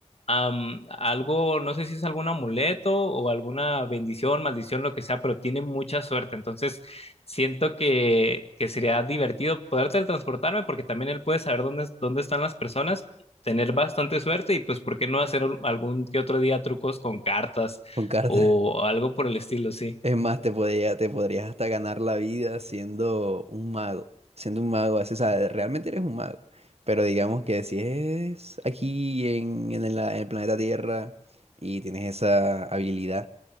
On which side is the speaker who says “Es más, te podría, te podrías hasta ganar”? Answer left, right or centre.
Right